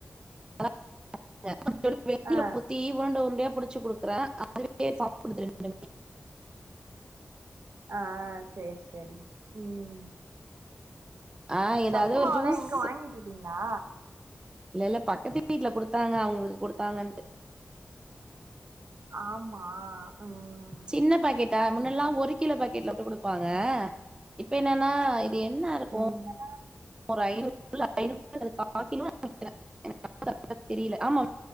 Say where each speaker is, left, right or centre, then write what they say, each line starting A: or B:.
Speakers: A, on the right (about 20°); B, on the right (about 65°).
A: அதா <inaudible> கொஞ்சோன்டு வெந்நீர
B: ஆ
A: ஊத்தி உருண்ட உருண்டையா புடிச்சு குடுக் க்குறே அதுவே சாப்புடுது ரெண்டுமே
B: ஆ சேரி சேரி ம்
A: ஆ
B: சத்துமாவுலா
A: ஏதாவது ஒரு ஜூஸ்
B: எங்க வாங்கிட்ருக்கிங்களா
A: இல்ல இல்ல பக்கத்து வீட்ல குடுத்தாங்க அவுங்குளுக் குடுத்தாங்கன்ட்டு
B: ஆமா ம்
A: சின்ன பாக்கெட்டா முன்னெல்லா ஒரு கிலோ பாக்கெட்ல போட்டு குடுப்பாங்க இப்ப என்னன்னா இது என்னா இருக்கு
B: ம்
A: ஒரு ஐநூறு <inaudible> ஐநூறு கா கிலோ இருக்கு நெனைக்குறே எனக்கு அளவு கரக்ட்டா தெரில ஆமா